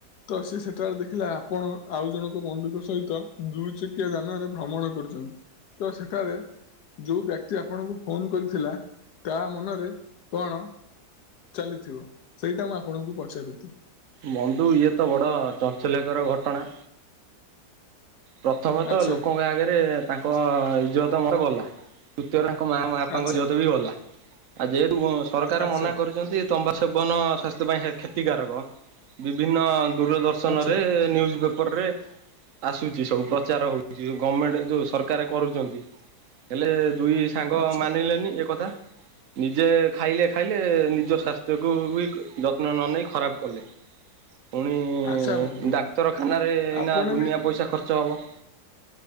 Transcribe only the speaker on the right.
ବନ୍ଧୁ ଇଏ ତ ବଡ ଚାଞ୍ଚଲକର ଘଟଣା। ପ୍ରଥମେ ତ
ଲୋକଙ୍କ ଆଗରେ ତାଙ୍କ ଇଜ୍ଜତ ମୋର ଗଲା। ତୃତୀୟ ତାଙ୍କ ମା <inaudible> ବାପାଙ୍କ
ଯତେ ବି ଗଲା ଆଉ ଯେହେତୁ ସରକାର
ମନା କରିଛନ୍ତି ତମ୍ବା ସେବନ ସ୍ୱାସ୍ଥ୍ୟ ପାଇଁ କ୍ଷତିକାରକ। ବିଭିନ୍ନ ଦୂରଦ ର୍ଶନ
ରେ ନ୍ୟୁଜ୍ ପେପରରେ ଆସୁଛି ସବୁ ପ୍ରଚାର ହଉଛି ଗଭର୍ଣମେଣ୍ଟ ଯୋଉ ସରକାର କରୁଛନ୍ତି। ହେଲେ ଦୁଇ ସାଙ୍ଗ
ମାନିଲେନି ଏ କଥା। ନିଜେ ଖାଇଲେ ଖାଇଲେ ନିଜ ସ୍ୱାସ୍ଥ୍ୟକୁ ବି ଯତ୍ନ ନ ନେଇେଇ ଖରାପ କଲେ। ପୁଣି
ଡାକ୍ତରଖାନାରେ ଏଇନା
ଦୁନିଆ
ପଇସା ଖର୍ଚ୍ଚ ହବ।